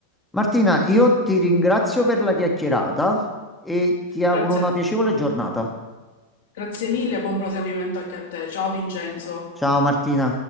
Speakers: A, in the centre; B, on the left.
A: Martina, io ti ringrazio per la chiacchierata e ti auguro
B: Grazie
A: una
B: a
A: piacevole giornata.
B: Grazie mille e buon proseguimento anche a te. Ciao Vincenzo.
A: Ciao Martina.